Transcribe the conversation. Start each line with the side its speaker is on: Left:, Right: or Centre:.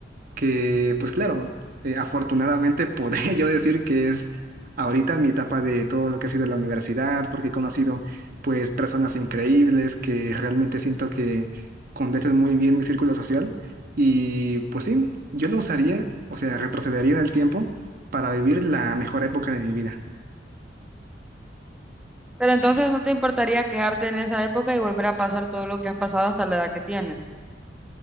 Right: que pues claro, eh, afortunadamente podría <laughs> yo decir que es ahorita mi etapa de todo lo que ha sido la universidad, porque he conocido pues personas increíbles que realmente siento que completan muy bien mi círculo social y pues sí, yo lo usaría, o sea, retrocedería en el tiempo para vivir la mejor época de mi vida.
Centre: Pero entonces no te importaría quedarte en esa época y volver a pasar todo lo que has pasado hasta la edad que tienes.